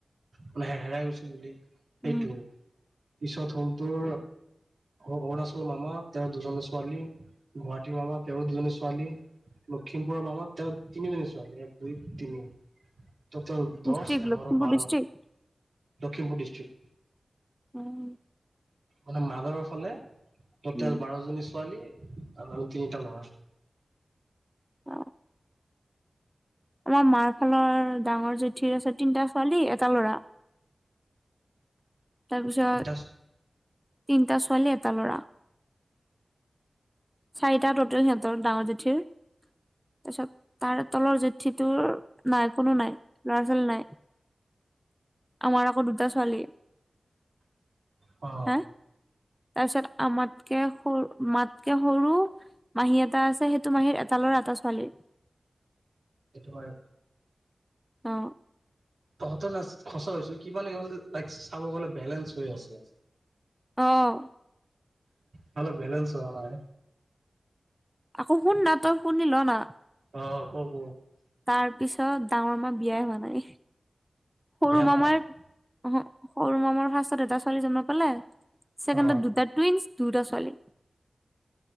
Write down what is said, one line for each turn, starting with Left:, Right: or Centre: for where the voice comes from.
Right: মানে হেৰাই গৈছিল বুলি সেইটো।
Centre: উম
Right: পিছত হ'ল তোৰ অৰুণাচলৰ মামা, তেওঁৰ দুজনী ছোৱালী। গুৱাহাটীৰ মামা, তেওঁৰ দুজনী ছোৱালী। লখিমপুৰৰ মামা তেওঁৰ তিনিজনী ছোৱালী। এক, দুই, তিনি। টোটেল দশ,
Centre: ডিষ্ট্ৰিক্ট
Right: এঘাৰ,
Centre: লখিমপুৰ
Right: বাৰ।
Centre: District
Right: Lakhimpur district.
Centre: উম।
Right: মানে মাদাৰৰ ফালে টোটেল
Centre: উম।
Right: বাৰ জনী ছোৱালী। আৰু তিনিটা ল'ৰা।
Centre: অ'। আমাৰ মাৰ ফালৰ ডাঙৰ জেঠীৰ আছে তিনটা ছোৱালী এটা ল'ৰা। তাৰপিছত,
Right: তিনিটা
Centre: তিনিটা ছোৱালী এটা ল'ৰা। চাৰিটা টোটেল সিহত তৰ ডাঙৰ জেঠীৰ তাৰপছত তাৰ তলৰ জুঠিটো নাই কোনো নাই ল'ৰা ছোৱালী নাই আমাৰ আকৌ দুটা ছোৱালী
Right: অ
Centre: হা তাৰপিছত আমাতকে সৰু মাতকে সৰু মাহী এটা আছে সেইটো মাহীৰ এটা লৰা এটা ছোৱালী
Right: সেইটো হয়
Centre: অ
Right: তহঁতৰ ন খচা হৈছে কিমান কি লাইক চাব গলে বেলেঞ্চ হৈ আছে
Centre: অহ
Right: নাল বোলনচ হ য়ন
Centre: আকৌ শুন না তই শুনি ল না
Right: অ ক ক
Centre: তাৰ পিছত ডাঙৰ মা বিয়াই হোৱা নাই সৰু
Right: বিয়া
Centre: মামাৰ
Right: হোৱা নাই
Centre: অ সৰু মামাৰ ফাৰ্ষ্টত এটা ছো ছোৱালী জন্ম পালে ছেকেণ্ডত
Right: অ
Centre: দুটা টুইঞ্চ দুটা চলে